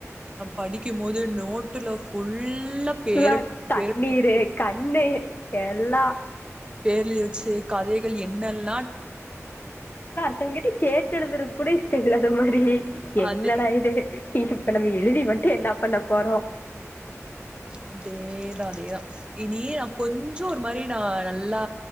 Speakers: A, on the right; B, on the left.
A: படிக்கிம் மோது நோட்டுல ஃபுல்லா பேர்
B: ஃபுல்லா
A: எழுதி
B: தண்ணீரு
A: பேர் எழுதி
B: கண்ணு எல்லா
A: பேரெழுதி வெச்சுட்டு கதைகள் என்னெல்லா <inaudible>
B: த்தவங்க கிட்ட கேட்டெழுதுறக்கு கூடெ இல்லாத மாதிரி என்னடா
A: அதே
B: இது ஈசி இப்ப நம்ம எழுதி மட்டு என்னா பண்ண போறோ
A: அதே தா அதே தா இனி நா கொஞ்சோ ஒரு மாறி நா நல்லா